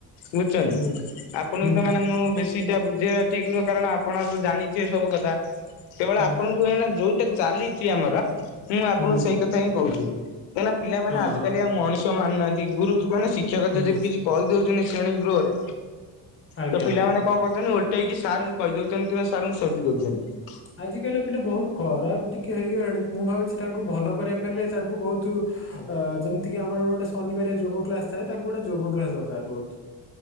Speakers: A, on the left (about 85°); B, on the left (about 30°).
A: ବୁଝୁଛନ୍ତି
B: ହୁଁ
A: ଆପଣ
B: ହୁଁ
A: ତ
B: ହୁଁ
A: ମାନେ ମୁଁ ବେଶ୍ ସେଟା ବୁଝେଇବା ଠିକ୍ ନୁହଁ କାରଣ ଆପଣ ତ ଜାଣିିବେ ସବୁ କଥା କେବଳ
B: ହୁଁ
A: ଆପଣଙ୍କୁ ଏ ଯୋଉଟା ଚାଲିଛି ଆମର ମୁଁ ଆପଣଙ୍କୁ
B: ହୁଁ
A: ସେଇ କଥା ହିଁ କହୁଥିଲି କାହିଁକିନା ପିଲାମାନେ
B: ହଁ
A: ଆଜିକାଲି
B: ହଁ
A: ଆଉ ମଣିଷ ମାନୁନାହାନ୍ତି ଗୁରୁ ମାନେ ଶିକ୍ଷକ
B: ହୁଁ
A: ଯଦି ବି କିଛି କହିଦଉଛନ୍ତି ଶ୍ରେଣୀ ଗୃହରେ
B: ଆଜ୍ଞା
A: ତ ପିଲାମାନେ
B: ଆଜ୍ଞା।
A: କଣ କରୁଛନ୍ତି ଓଲଟେଇକି ସାର୍ଙ୍କୁ କହିଦଉଛନ୍ତି କିମ୍ବା ସାର୍ଙ୍କୁ ସୋଦି ଦଉଛନ୍ତି।
B: ଆଜି କାଲିକା ପିଲା ବହୁତ ଖରାପ ଟିକେ ହେଇଗଲେଣି। ମୁଁ ଭାବୁଛି ତାଙ୍କୁ ଭଲ କରିବାକୁ ହେଲେ ତାଙ୍କୁ ବହୁତ ଅ ଯେମତିିକି ଆମର ଗୋଟ ଗୋଟେ ଶନିବାରିଆ ଯୋଗ କ୍ଲାସ ଥାଏ ତାଙ୍କୁ ଗୋଟେ ଯୋଗ କ୍ଲାସ ଦରକାର ବହୁତ।